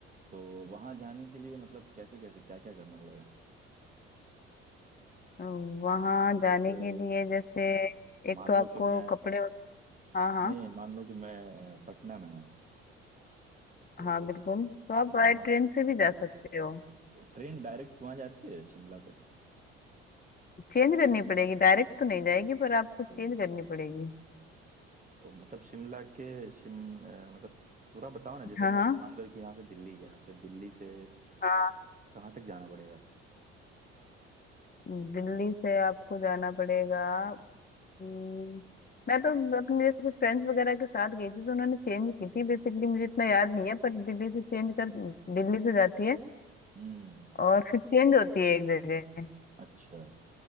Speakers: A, on the right (about 25°); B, on the left (about 30°).
A: तो वहां जाने के लिए मतलब कैसे कैसे क्या क्या करना पड़ेगा
B: वहां जाने
A: जैसे
B: के लिए जैसे एक
A: मान
B: तो आपको
A: लो कि मैं
B: कपड़े वग- हाँ हाँ
A: नहीं मान लो कि मैं अ, पटना में हूँ तो
B: हाँ बिल्कुल तो आप
A: वहाँ
B: बाय ट्रेन से भी जा सकते हो
A: ट्रेन डायरेक्ट वहाँ जाती है शिमला तक
B: चेंज करनी पड़ेगी डायरेक्ट तो नहीं जाएगी पर आपको चेंज
A: तो
B: करनी पड़ेगी
A: तो मतलब शिमला के शिम अ, मतलब पूरा बताओ ना जैसे
B: हाँ
A: मैं
B: हाँ
A: मान लो कि यहाँ से दिल्ली गया फिर दिल्ली से
B: हाँ
A: कहाँ तक जाना पड़ेगा
B: दिल्ली से आपको जाना पड़ेगा हम्म, मैं तो अपने जैसे फ्रेंड्स वगैरह के साथ गई थी तो उन्होंने चेंज की थी बेसिकली मुझे इतना याद नहीं है पर दिल्ली से चेंज कर दिल्ली से जाती है
A: हम्म
B: और फिर चेंज होती है एक जगह
A: अच्छा